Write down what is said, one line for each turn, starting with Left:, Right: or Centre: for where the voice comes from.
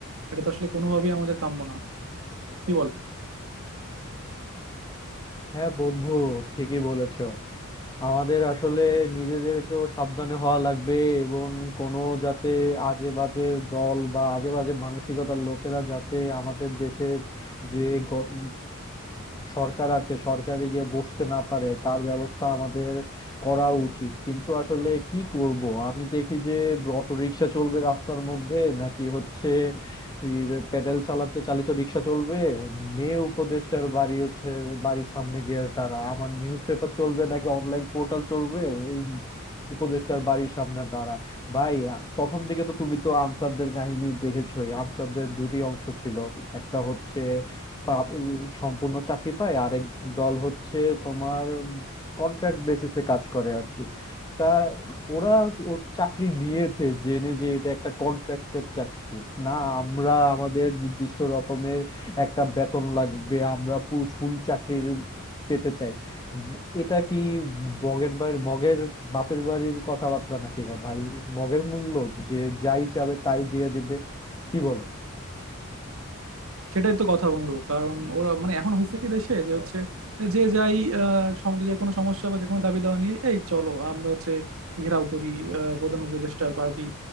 Right: এটা তো আসলে কোনোভাবেই আমাদের কাম্য না কি বল
Left: হ্যাঁ বন্ধু ঠিকই বলেছো আমাদের আসলে নিজেদেরকেও সাবধানে হওয়া লাগবে এবং কোনো যাতে আজে বাজে দল বা আজে বাজে মানসিকতার লোকেরা যাতে আমাদের দেশের যে গ- সরকার আছে সরকারে গিয়ে বসতে না পারে তার ব্যবস্থা আমাদের করা উচিত কিন্তু আসলে কি করব আমি দেখি যে অটো রিক্সা চলবে রাস্তার মধ্যে নাকি হচ্ছে ওই প্যাডেল চালাতে চালিত রিক্সা চলবে নে উপদেষ্টার বাড়ি হচ্ছে বাড়ির সামনে গিয়ে তারা আমার নিউজ পেপার চলবে নাকি অনলাইন পোর্টাল চলবে এই উপদেষ্টার বাড়ির সামনে তারা ভাই প্রথম দিকে তো তুমি তো আনসারদের কাহিনী দেখেছোই আনসারদের দুইটি অংশ ছিল একটা হচ্ছে পা- উম, সম্পূর্ণ চাকরি পায় আরেক দল হচ্ছে তোমার কন্ট্রাক্ট বেসিসে কাজ করে আর কি তা ওরা ও চাকরি নিয়েছে জেনে যে এটা একটা কন্ট্রাক্টের চাকরি না আমরা আমাদের নির্দিষ্ট রকমের একটা বেতন লাগবে আমরা পুরো ফুল চাকরির পেতে চাই উম, এটা কি মগের বাড়ি মগের বাপের বাড়ির কথাবার্তা নাকি না ভাই মগের মূল্য যে যাই চাবে তাই দিয়ে দিবে কি বলে
Right: সেটাই তো কথা বন্ধু কারণ ওরা মানে এখন হয়েছে কি দেশে যে হচ্ছে যে যাই আহ, সম- যে কোনো সমস্যা বা যে কোনো দাবি দাওয়া নিয়ে এই চলো আমরা হচ্ছে ঘেরাও করি আহ, প্রধান উপদেষ্টার বাড়ি